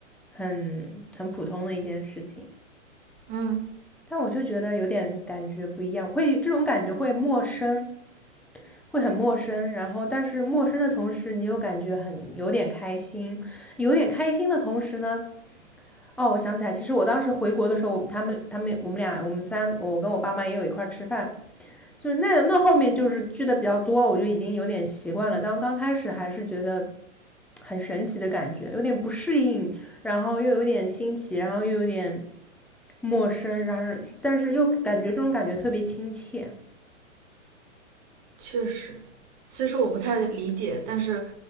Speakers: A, in the centre; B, on the right.
A: 很很普通的一件事情。
B: 嗯，
A: 但我就觉得有点感觉不一样，会这种感觉会陌生，会很陌生。然后，但是陌生的同时，你又感觉很有点开心，有点开心的同时呢，哦，我想起来，其实我当时回国的时候，他们他们我们俩我们三，我跟我爸妈也有一块吃饭，就是那那后面就是聚的比较多，我就已经有点习惯了。当刚开始还是觉得很神奇的感觉，有点不适应，然后又有点新奇，然后又有点陌生，然后但是又感觉这种感觉特别亲切。
B: 确实，虽说我不太理解，但是